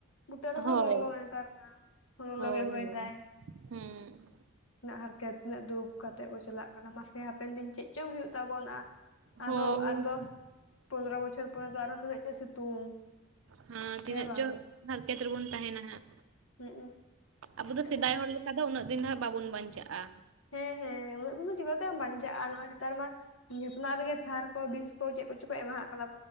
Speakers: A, on the left (about 70°); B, on the right (about 70°).
A: ᱵᱩᱴᱟᱹ ᱨᱮᱦᱚᱸ
B: ᱦᱳᱭ
A: ᱞᱚᱞᱚ ᱱᱮᱛᱟᱨ ᱢᱟ ᱦᱚᱭ ᱞᱚᱞᱚ
B: ᱦᱳᱭ
A: ᱜᱮ ᱦᱚᱭ
B: ᱦᱳᱭ
A: ᱫᱟᱭ᱾
B: ᱦᱩᱸ᱾
A: ᱤᱱᱟᱹᱜ ᱦᱟᱨᱠᱮᱛ ᱛᱤᱱᱟᱹᱜ ᱫᱩᱠ ᱠᱟᱛᱮᱜ ᱠᱚ ᱪᱟᱞᱟᱜ ᱠᱟᱱᱟ ᱢᱟᱥᱮ ᱦᱟᱯᱮᱱ ᱫᱤᱱ ᱪᱤᱫ ᱪᱚᱝ ᱦᱩᱭᱩᱜ ᱛᱟᱵᱚᱱᱟ᱾
B: ᱦᱳᱭ
A: ᱟᱨᱦᱚᱸ ᱟᱨ ᱫᱚᱥ ᱯᱚᱱᱫᱽᱨᱚ ᱵᱚᱪᱷᱚᱨ ᱯᱚᱨᱮ ᱫᱚ ᱟᱨ ᱦᱚᱸ ᱛᱤᱱᱟᱹᱜ ᱪᱚᱭ ᱥᱤᱛᱩᱝ᱾
B: ᱦᱟᱸ ᱛᱤᱱᱟᱹᱜ
A: ᱦᱮᱸ ᱵᱟᱝ
B: ᱪᱚ ᱦᱟᱨᱠᱮᱛ ᱨᱮᱵᱩᱱ ᱛᱟᱦᱮᱱᱟ ᱦᱟᱸᱜ᱾
A: ᱦᱩᱸ
B: ᱟᱵᱩ ᱫᱚ
A: ᱦᱮᱸ
B: ᱥᱮᱫᱟᱭ ᱦᱚᱲ ᱞᱮᱠᱟ ᱫᱚ ᱩᱱᱟᱹᱜ ᱫᱤᱱ ᱫᱚ ᱦᱟᱸᱜ ᱵᱟᱵᱚᱱ ᱵᱟᱧᱪᱟᱜ-ᱟ᱾
A: ᱦᱮᱸ ᱦᱮᱸ ᱩᱱᱟᱹᱜ ᱫᱤᱱ ᱫᱚ ᱪᱤᱠᱟᱹ ᱛᱮᱢ ᱵᱟᱧᱪᱟᱜ-ᱟ ᱱᱚᱜ-ᱚᱭ ᱱᱮᱛᱟᱨ ᱢᱟᱼᱼ ᱡᱚᱛᱚᱱᱟᱜ ᱨᱮᱜᱮ ᱥᱟᱨ ᱠᱚ ᱵᱤᱥ ᱠᱚ ᱪᱮᱜ ᱠᱚᱪᱚ ᱠᱚ ᱮᱢᱟ ᱦᱟᱜ ᱠᱟᱱᱟ᱾